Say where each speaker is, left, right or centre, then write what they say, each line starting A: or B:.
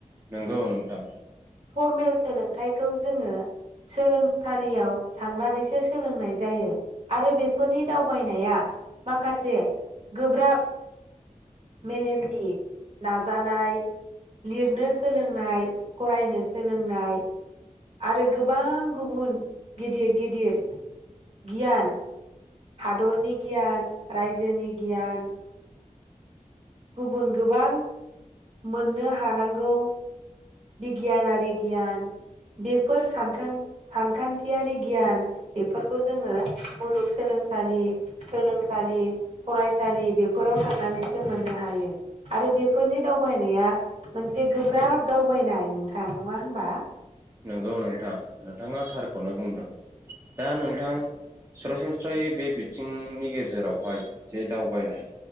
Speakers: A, on the right (about 25°); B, on the right (about 50°).
A: नंगौ नोंथां।
B: फर्मेल सोलोंथाइखौ जोङो सोलोंसालियाव थांनानैसो सोलोंनाय जायो आरो बेफोरनि दावबायनाया माखासे गोब्राब मेलेमनि नाजानाय लिरनो सोलोंनाय फरायनो सोलोंनाय आरो गोबां गुबुन गिदिर गिदिर गियान हादरनि गियान रायजोनि गियान गुबुन गोबां मोननो हानांगौ बिगियानारि गियान बेफोर सानखां सानखान्थियारि गियान बेफोरखौ जोङो मुलुगसोलोंसालि सोलोंसालि फरायसालि बेफोराव थांनानैसो मोननो हा यो आरो बेफोरनि दावबायनाया मोनसे गोब्राब दावबायनाय नोंथां नङा होनबा।
A: नंगौ नोंथां नोंथाङा थारखौनो बुंदों दा नोंथां सरासनस्रायै बे बिथिंनि गेजेरावहाय जे दावबायनाय